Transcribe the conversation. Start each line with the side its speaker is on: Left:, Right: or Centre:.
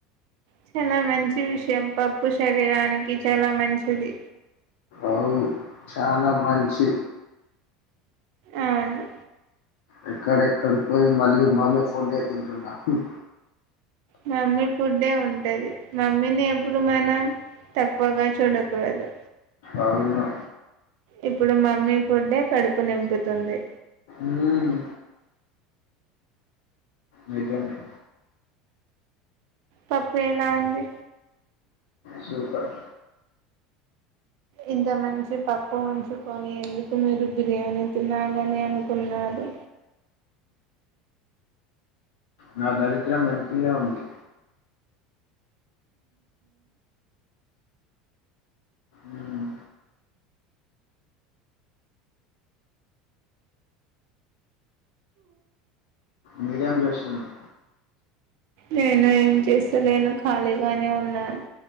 Right: చాలా మంచి విషయం పప్పు శరీరానికి చాలా మంచిది
Left: అవు చాలా మంచి
Right: అవును
Left: ఎక్కడెక్కడ పోయి మళ్ళీ మమ్మి ఫుడ్డే తింటున్నా హ్మ్
Right: మమ్మి ఫుడ్డే ఉంటది మమ్మీనేమ్ ఇప్పుడు మనం తక్కువగా చూడకూడదు
Left: అవును
Right: ఇప్పుడు మమ్మీ ఫుడ్డే కడుపు నింపుతుంది
Left: ఉమ్, నిజమే
Right: పప్పు ఎలా ఉంది
Left: సూపర్
Right: ఇంత మంచి పప్పు ఉంచుకొని ఎందుకు మీరు బిర్యానీ తినాలని అనుకున్నారు.
Left: నా దరిద్రం వెనకల్నే ఉంది. మ్మ్. మీరేం జేస్తున్నారు
Right: నేను ఏం చేస్తలేను ఖాళీగానే ఉన్నాను